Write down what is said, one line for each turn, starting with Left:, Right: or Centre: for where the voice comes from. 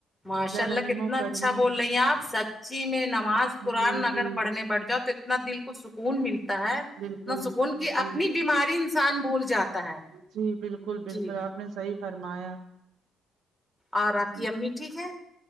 Centre: ماشاء اللہ
Right: رحیم
Centre: کتنا
Right: و
Centre: اچھا
Right: کریم
Centre: بول رہی ہیں آپ سچی میں نماز قرآن
Right: جی
Centre: اگر
Right: جی
Centre: پڑھنے بیٹھ جاؤ تو ات نا دل کو سکون ملتا ہے اتنا
Right: بالکل
Centre: سکون کہ
Right: جی
Centre: اپنی بیماری انسان بھول جاتا ہے
Right: جی بالکل بالکل
Centre: جی
Right: آپ نے صحیح فرمایا
Centre: اور آپ
Right: جی
Centre: کی امی ٹھیک ہے